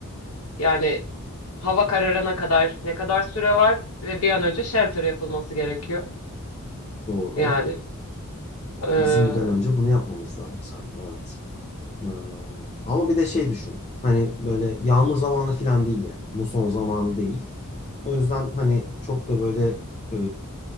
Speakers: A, on the left (about 70°); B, on the left (about 30°).
A: yani hava kararına kadar ne kadar süre var ve bir an önce shelter yapılması gerekiyor.
B: Doğru.
A: Yani e,
B: Bizim bir an önce bunu yapmamız lazım sanırım. Evet. Ee, ama bir de şey düşün. Hani böyle yağmur zamanı falan değil yani. Muson zamanı değil. O yüzden hani çok da böyle e,